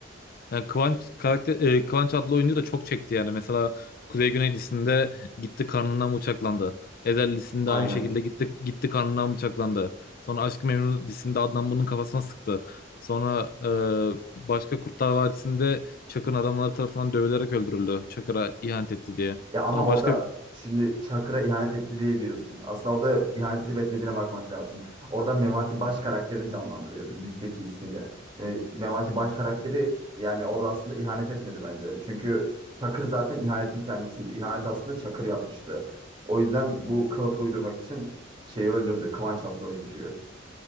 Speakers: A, on the left; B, on the right.
A: Yani Kıvanç, karakter, e, Kıvanç adlı oyuncu da çok çekti yani. Mesela Kuzey Güney dizisinde gitti karnından bıçaklandı. Ezel dizisinde
B: Aynen.
A: aynı şekilde gitti gitti karnından bıçaklandı. Sonra Aşk-ı Memnu dizisinde Adnan bunun kafasına sıktı. Sonra e, başka Kurtlar Vadisi'nde Çakır'ın adamları tarafından dövülerek öldürüldü. Çakır'a ihanet etti diye.
B: Ya ama
A: Sonra
B: orada
A: başka
B: şimdi Çakır'a ihanet etti diye diyorsun. Aslında orada ihanet edip etmediğine bakmak lazım. Orada Memati Baş karakterini canlandırıyordu dizideki ismiyle. Yani Memati Baş karakteri yani orada aslında ihanet etmedi bence. Çünkü Çakır zaten ihanetin kendisiydi. İhanet aslında Çakır yapmıştı. O yüzden bu kılıfı uydurmak için şeyi öldürdü Kıvanç adlı oyuncuyu.